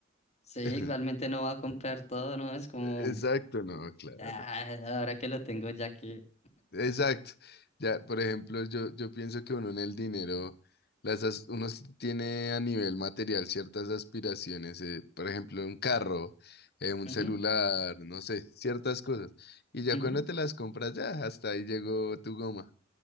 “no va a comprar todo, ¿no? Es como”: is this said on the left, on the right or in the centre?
Left